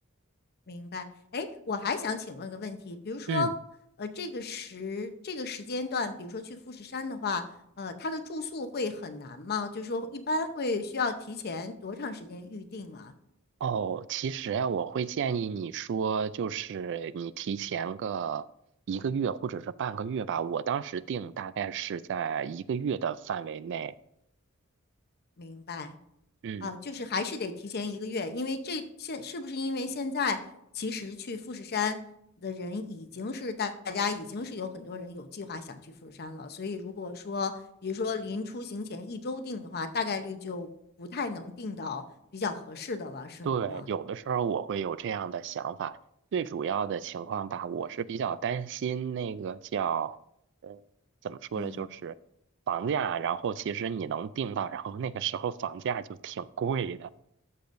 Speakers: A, on the left; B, on the right.
A: 明白。哎，我还想请问个问题，比如说，
B: 嗯。
A: 呃，这个时这个时间段，比如说去富士山的话，呃，它的住宿会很难吗？就是说，一般会需要提前多长时间预定啊？
B: 哦，其实啊，我会建议你说，就是你提前个一个月或者是半个月吧。我当时定大概是在一个月的范围内。
A: 明白。
B: 嗯，
A: 啊，就是还是得提前一个月，因为这现是不是因为现在其实去富士山的人已经是大大家已经是有很多人有计划想去富士山了，所以如果说比如说临出行前一周定的话，大概率就不太能定到比较合适的了，是吗？
B: 对，有的时候我会有这样的想法。最主要的情况吧，我是比较担心那个叫，呃，怎么说呢，
A: 嗯。
B: 就是房价。然后其实你能定到，然后那个时候房价就挺贵的。